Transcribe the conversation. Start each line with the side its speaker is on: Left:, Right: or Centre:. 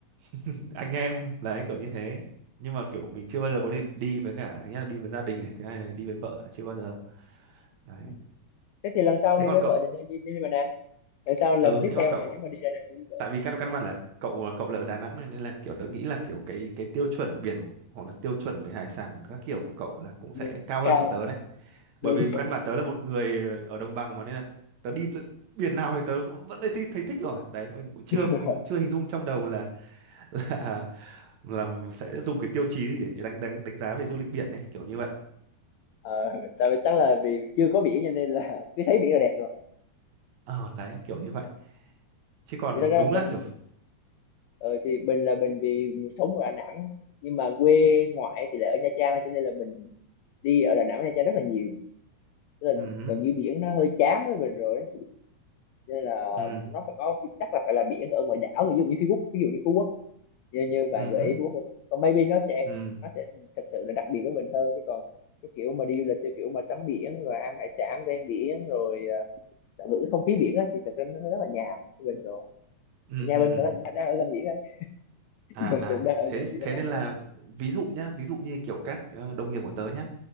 Right: <laughs> anh em đấy kiểu như thế. Nhưng mà kiểu mình chưa bao giờ có dịp đi với cả thứ nhất là đi với gia đình này, thứ hai là đi với vợ chưa bao giờ. Đấy.
Left: Ừ. Thế thì lần sau
Right: Thế
Left: đi
Right: còn
Left: với
Right: cậu,
Left: vợ thì nên đi, đi, đi Bà Nà. Lần sau lần
Right: ừ
Left: tiếp
Right: thế
Left: theo
Right: còn cậu
Left: này nếu mà đi Đà Nẵng thì đi vợ.
Right: tại vì căn căn bản là cậu cậu là ở Đà Nẵng này nên là kiểu tớ nghĩ là kiểu cái cái tiêu chuẩn biển hoặc là tiêu chuẩn về hải sản các kiểu của cậu là cũng
Left: Đường
Right: sẽ
Left: nó
Right: cao hơn
Left: cao.
Right: của tớ đấy.
Left: Đúng
Right: bởi vì
Left: đúng
Right: căn bản tớ là một người ở đồng bằng mà nên là tớ đi lự- biển nào thì tớ cũng vẫn thấy, thấy thích rồi đấy mình cũng chưa mình
Left: rồi.
Right: cũng chưa hình dung trong đầu là <laughs> là là sẽ dùng cái tiêu chí gì để, để đánh đánh đánh giá về du lịch biển ấy kiểu như vậy
Left: Ờ, tại vì chắc là vì chưa có biển cho nên là <laughs> cứ thấy biển là đẹp rồi.
Right: ờ đấy kiểu như vậy chứ còn
Left: Thì thật ra
Right: đúng
Left: là
Right: là
Left: mình
Right: kiểu
Left: ờ, thì mình là mình vì sống ở Đà Nẵng nhưng mà quê ngoại thì lại ở Nha Trang cho nên là mình đi ở Đà Nẵng Nha Trang rất là nhiều. Tức là
Right: ừ
Left: gần như biển nó hơi chán với mình rồi nên là
Right: ừ
Left: nó phải có chắc là phải là biển ở ngoài đảo ví dụ như Phú Quốc ví dụ như Phú Quốc như như bạn
Right: ừ
Left: gợi ý Phú Quốc còn maybe nó sẽ
Right: ừ
Left: nó sẽ thật sự là đặc biệt với mình hơn chứ còn cái kiểu mà đi du lịch theo kiểu mà tắm biển rồi ăn hải sản ven biển rồi ờ, tận hưởng cái không khí biển á thì thật ra nó rất là nhàm với mình rồi
Right: ừ
Left: Thì nhà mình thật ra cũng đang ở gần biển thôi
Right: à
Left: nhà mình <laughs>
Right: à
Left: cũng đang ở
Right: thế
Left: gần biển
Right: thế
Left: Đà Nẵng
Right: nên là
Left: thôi
Right: ví dụ nhá ví dụ như kiểu các ờ, đồng nghiệp của tớ nhá